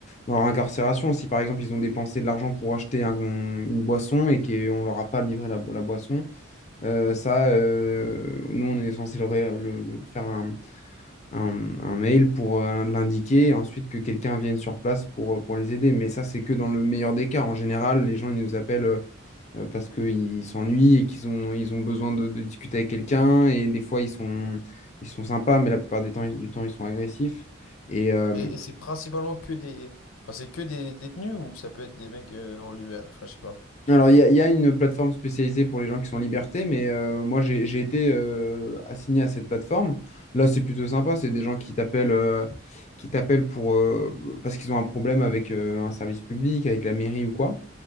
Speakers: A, on the left (about 35°); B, on the left (about 80°).
A: dans leur incarcération. Si par exemple ils ont dépensé de l'argent pour acheter un- une boisson et qu'on leur a pas livré la, la boisson, euh, ça, euh, nous on est censé leur, le, le- faire un, un mail pour euh, l'indiquer et ensuite que quelqu'un vienne sur place pour, euh, pour les aider. Mais ça, c'est que dans le meilleur des cas. En général, les gens, ils nous appellent euh, euh, parce qu'ils s'ennuient et qu'ils ont, ils ont besoin de, de discuter avec quelqu'un. Et des fois, ils sont, ils sont sympas, mais la plupart des temps, ils- du temps, ils sont agressifs. Et, euh,
B: Et, et c'est principalement que des, enfin c'est que des détenus ou ça peut être des mecs euh, en liberté, enfin je sais pas.
A: Alors, il y a, il y a une plateforme spécialisée pour les gens qui sont en liberté, mais euh, moi, j'ai, j'ai été euh, assigné à cette plateforme. Là, c'est plutôt sympa. C'est des gens qui t'appellent euh, qui t'appellent pour, euh, parce qu'ils ont un problème avec euh, un service public, avec la mairie ou quoi.